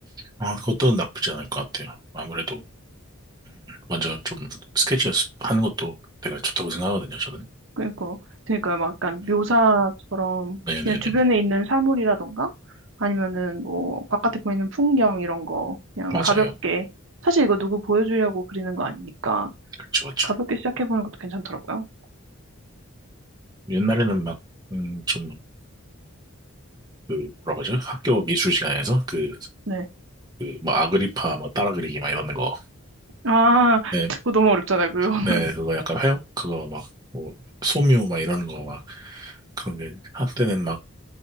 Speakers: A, on the right; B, on the right.
A: 아, 그것도 나쁘지 않을 것 같아요. 아무래도 먼저 좀 스케치 연습하는 것도 되게 좋다고 생각하거든요, 저는.
B: 그러니까, 그러니까 막 약간 묘사처럼
A: 네네네네.
B: 그냥 주변에 있는 사물이라던가 아니면은 뭐 바깥에 보이는 풍경 이런 거 그냥
A: 맞아요.
B: 가볍게 사실 이거 누구 보여주려고 그리는 거 아니니까
A: 그렇죠, 그렇죠.
B: 가볍게 시작해보는 것도 괜찮더라고요.
A: 옛날에는 막, 음, 좀 그 뭐라고 하죠? 학교 미술 시간에서 그
B: 네.
A: 그 뭐 아그리파 뭐 따라 그리기 막 이러는 거.
B: 아, <laughs>
A: 네,
B: 그거 너무 어렵잖아요, 그거. <laughs>
A: 네 그거 약간 회 그거 막 뭐 소묘 막 이러는 거 막 그런 게 한때는 막